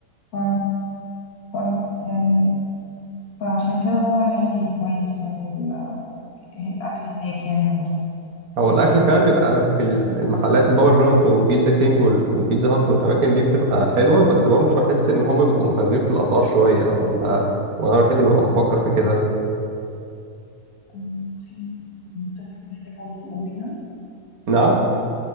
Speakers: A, on the left; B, on the right.
A: ف... ف... يعني فعشان كده هو يعني كويس يعني ال- الأكل هناك يعني عندهم
B: هو الاكل فعلا بيبقى في المحلات البابا جونز وبيتزا كينج وال- وبيتزا هات والاماكن دي بتبقى حلوه بس برضه بحس ان هما بيبقوا مبالغين في الاسعار شويه ولا وانا الوحيد اللي ببقى مفكر في كده
A: أنا أصلا جربت تاكل هناك عندهم قبل كده
B: نعم